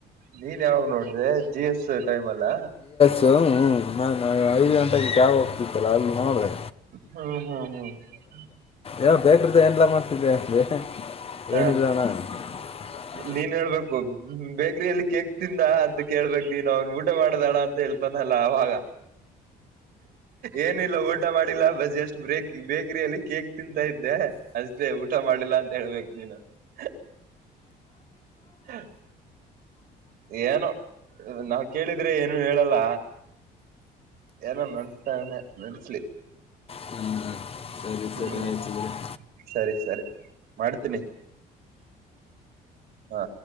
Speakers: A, on the right; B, on the left.
A: ನೀ ಯಾವಾಗ್ ನೋಡಿದೆ ಜಿ ಎಸ್ ಟೈಮ್ ಲ್ಲ
B: ಹ್ಮ ನಾ ಐದು ಗಂಟೆಗೆ ಯಾವವು ಇತ್ತಲಾ ಅಲ್ಲಿ ನೋಡಿದೆ
A: ಹ್ಮ್ ಹ್ಮ್ ಹ್ಮ್ ಹ್ಮ <unintelligible>
B: ಯಾವ ಬೇಕ್ರ್ದ ಎನ್ಲ್ಲಾ ಮಾಡ್ತಿದ್ದವಿ ಅಲ್ಲಿ
A: ಹ
B: ಏನು ಇಲ್ಲಣ <unintelligible>
A: ನೀನ್ ಹೇಳ್ಬೇಕು ಬೇಕ್ರಿಯಲ್ಲಿ ಕೇಕ್ ತಿಂದ ಅಂತ ಕೇಳ್ಬೇಕು ನೀನು ಅವನು ಊಟ ಮಾಡ್ದಣ ಅಂತ ಹೇಳ್ತಾನಲ್ಲ ಅವಾಗ ಏನಿಲ್ಲ ಊಟ ಮಾಡಿಲ್ಲ ಬಸ್ ಜಸ್ಟ್ ಬಕ್ ಬೇಕ್ರಿಯಲ್ಲಿ ಕೇಕ್ ತಿಂತಾ ಇದ್ದೆ ಅಷ್ಟೇ ಊಟ ಮಾಡಿಲ್ಲ ಅಂತ ಹೇಳ್ಬೇಕು ನೀನು <unintelligible> ಹ ಏನೋ ನಾವ್ ಕೇಳಿದ್ರೆ ಏನು ಹೇಳಲ್ಲ ಏನೋ ನಡ್ಸ್ತನೆ ನಡ್ಸ್ಲಿ
B: ಹ್ಞೂ ಸರಿ
A: ಹ್ಮ
B: ಸರಿ ಆಯ್ತು ಬಿಡು
A: ಸರಿ ಸರಿ ಮಾಡ್ತೀನಿ ಹಾ